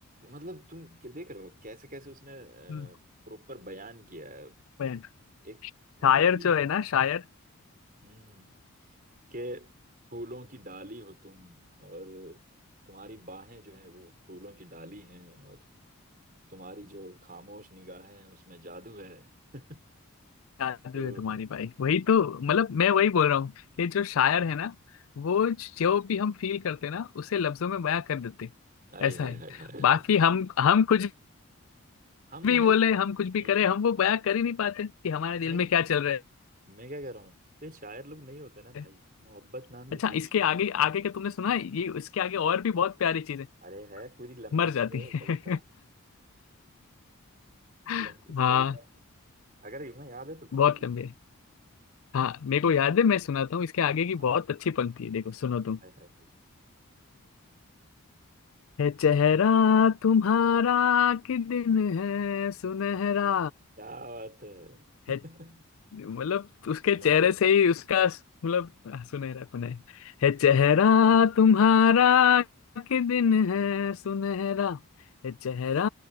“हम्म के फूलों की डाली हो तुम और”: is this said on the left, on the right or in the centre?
Right